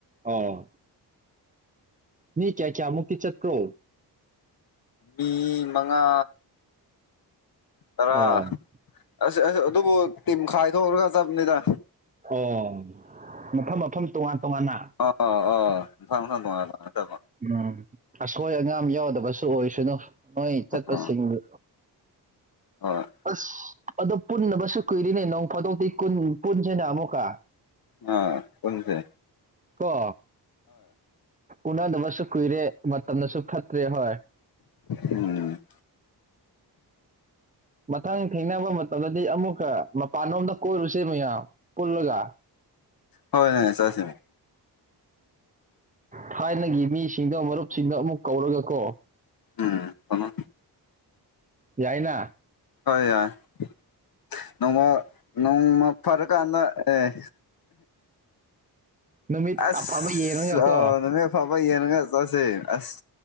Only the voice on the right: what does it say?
ꯑꯣ ꯃꯤ ꯀꯌꯥ ꯀꯌꯥꯃꯨꯛꯇꯀꯤ ꯆꯀ꯭ꯔꯣ
ꯑꯣ
ꯃꯐꯝ ꯃꯐꯝ ꯇꯣꯉꯥꯟ ꯇꯣꯉꯥꯟꯅ
ꯎꯝ ꯑꯁꯣꯏ ꯑꯉꯥꯝ ꯌꯥꯎꯗꯕꯁꯨ ꯑꯣꯏꯁꯅꯨ ꯅꯣꯏ ꯆꯠꯄꯁꯤꯡꯗꯨ
ꯑꯁ ꯑꯗꯨ ꯄꯨꯟꯅꯕꯁꯨ ꯀꯨꯏꯔꯤꯅꯦ ꯅꯪ ꯐꯥꯗꯣꯛꯇꯤ ꯄꯨꯟꯁꯤꯦꯅ ꯑꯃꯨꯛꯀ
ꯀ ꯎꯅꯗꯕꯁꯨ ꯀꯨꯏꯔꯦ ꯃꯇꯝꯗꯁꯨ ꯐꯠꯇ꯭ꯔꯦ ꯍꯣꯏ
ꯃꯊꯪ ꯊꯦꯡꯅꯕ ꯃꯇꯝꯗꯗꯤ ꯑꯃꯨꯛꯀ ꯃꯄꯥꯟꯂꯣꯝꯗ ꯀꯣꯏꯔꯨꯁꯦ ꯃꯌꯥꯝ ꯄꯨꯜꯂꯒ
ꯊꯥꯏꯅꯒꯤ ꯃꯤꯁꯤꯡꯗꯣ ꯃꯔꯨꯞꯁꯤꯡꯗꯣ ꯑꯃꯨꯛ ꯀꯧꯔꯒ ꯀꯣ
ꯌꯥꯏꯅ
ꯅꯨꯃꯤꯠ
ꯑꯐꯕ ꯌꯦꯡꯉꯒꯀꯣ